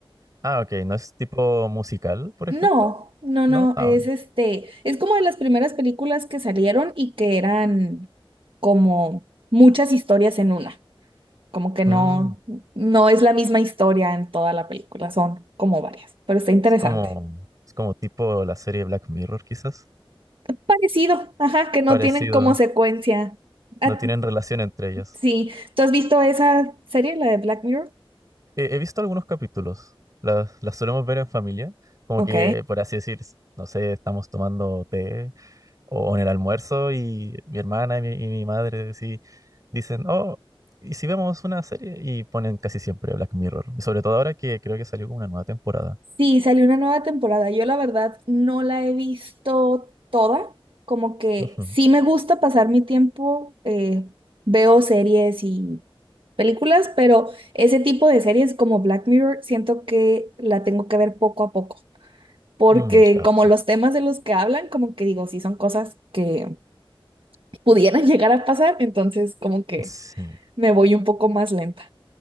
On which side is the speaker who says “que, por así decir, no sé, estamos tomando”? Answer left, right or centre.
Right